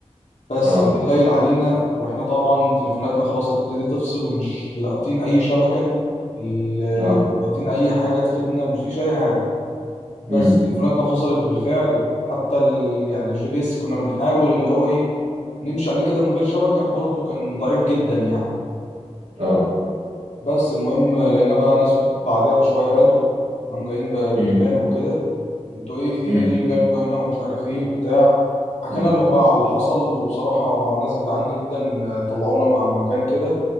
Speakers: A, on the left (about 85°); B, on the right (about 80°).
A: بس
B: اه
A: الليل ليل علينا واحنا طبعا تليفوناتنا خلاص هتبتدي تفصل ومش لاقطين اي شبكه ال-
B: اه
A: لاقطين اي حاجه تفيدنا مفيش اي حاجه بس
B: امم
A: تليفوناتنا فصلت بالفعل حتى ال... يعني الجي بي اس كنا بنحاول اللي هو ايه نمشي عليه كده من غير شبكه برضه كان ضعيف جدا يعني
B: اه
A: بس المهم لقينا بقى ناس بعدها بشويه بدو انهم جايين ب- بجمال
B: امم
A: وكده انتوا ايه في ايه
B: امم
A: اللي جالكوا هنا ومش عارف ايه وبتاع حكينا
B: امم
A: لهم بقى على اللي حصل وبصراحة ناس جدعان جدا آه، طلعونا على مكان كده